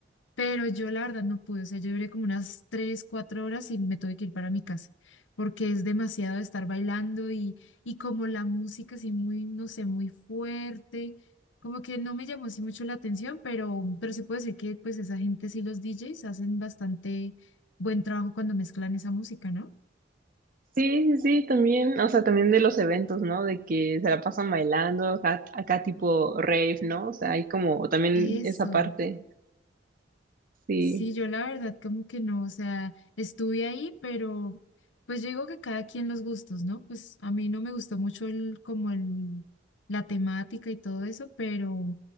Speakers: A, on the left; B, on the right.
A: Pero yo la verdad no pude, o sea, yo duré como unas tres, cuatro horas y me tuve que ir para mi casa, porque es demasiado de estar bailando y, y como la música así muy, no sé, muy fuerte, como que no me llamó así mucho la atención, pero, pero sí puedo decir que pues esa gente, sí, los DJs hacen bastante buen trabajo cuando mezclan esa música, ¿no?
B: Sí, sí, sí, también, o sea, también de los eventos, ¿no? De que se la pasan bailando, acá, acá tipo rave, ¿no? O sea, hay como también
A: Eso.
B: esa parte. Sí.
A: Sí, yo la verdad como que no, o sea, estuve ahí, pero pues yo digo que cada quien los gustos, ¿no? Pues a mí no me gustó mucho el, como el, la temática y todo eso, pero,